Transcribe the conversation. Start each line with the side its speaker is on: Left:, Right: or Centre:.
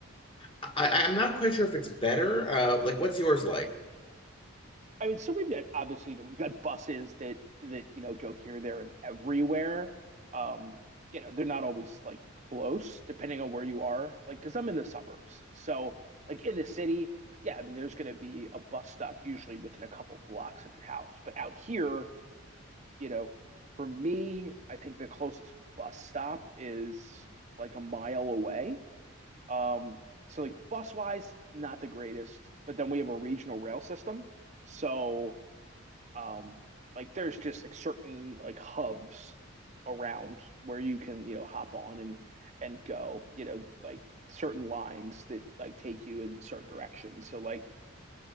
Left: I I- I'm not quite sure if it's better. Uh, like, what's yours like?
Right: I mean, so we've got obviously, you know, we've got buses that that you know go here, there, and everywhere. Um, you know, they're not always like close, depending on where you are. Like, because I'm in the suburbs, so like in the city, yeah, I mean, there's going to be a bus stop usually within a couple blocks of your house. But out here, you know, for me, I think the closest bus stop is like a mile away. Um, so like bus wise, not the greatest. But then we have a regional rail system, so um like there's just like certain like hubs around where you can you know hop on and and go you know like certain lines that like take you in certain directions so like